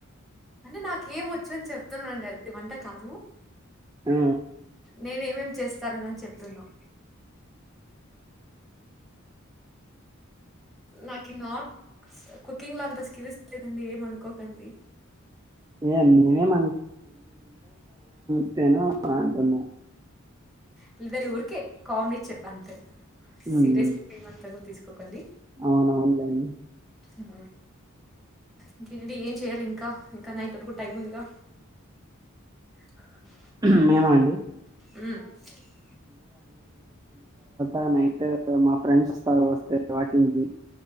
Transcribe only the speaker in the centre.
అంటే నాకేం వొచ్చు అని చెప్తున్నానండి అది వంట కాదు
నేన్ ఏమేం చేస్తాననిని చెప్తున్నా నాకు నాన్ కుకింగ్ లో అంత స్కిల్స్ లేదండి ఏమనుకోకండి
పిల్లదరి ఊరికే కామెడీ చెప్ప అంతే
సీరెస్ ఏంతకు తీసుకోకండి
ఉమ్ ఇంకేండి ఏం చేయాలి ఇంకా ఇంకా నైట్ వరకు టైం ఉందిగా <inaudible>
ఉమ్